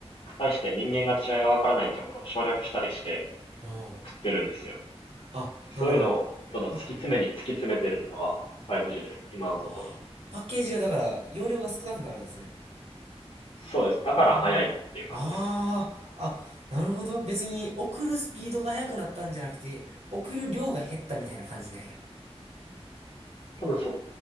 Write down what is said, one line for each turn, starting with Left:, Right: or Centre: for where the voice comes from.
Left: 対して人間が違いがわからないところを省略したりして
Right: あ
Left: 送ってるんですよ。
Right: あ。あ、
Left: そういうのをどんどん突き詰めに突き詰めてるのが
Right: だから、パ
Left: 5G ですね、今のところ。
Right: はあパッケージがだから、容量が少なくなるんですね。
Left: そうです。だから早いっていう感じですね。
Right: うん。ああ、あ、なるほど。別に送るスピードが速くなったんじゃなくて、送る量が減ったみたいな感じなんや。
Left: 多分そ、